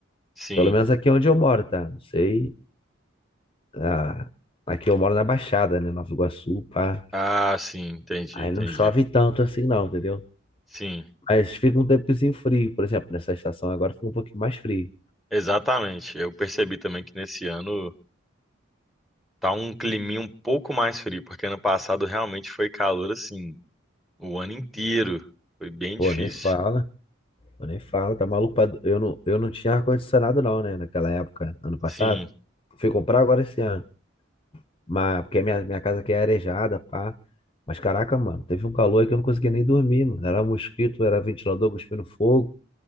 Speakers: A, in the centre; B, on the left (about 25°).
A: Sim.
B: Pelo menos aqui onde eu moro, tá? Não sei. ah, aqui eu moro na Baixada, né? Nova Iguaçu, pá.
A: Ah, sim, entendi,
B: Aí
A: entendi.
B: não chove tanto assim, não, entendeu?
A: Sim,
B: Mas fica um tempozinho frio, por exemplo, nessa estação agora fica um pouquinho mais frio.
A: exatamente. Eu percebi também que nesse ano tá um climinha um pouco mais frio, porque ano passado realmente foi calor assim o ano inteiro. Foi bem
B: Pô,
A: difícil.
B: nem fala, pô, nem fala, tá maluco? pra- Eu não, eu não tinha ar-condicionado não, né, naquela época, ano passado.
A: Sim,
B: Fui comprar agora esse ano, mas porque minha, minha casa aqui é arejada, pá. Mas caraca, mano, teve um calor aí que eu não conseguia nem dormir, mano. Era mosquito, era ventilador cuspindo fogo.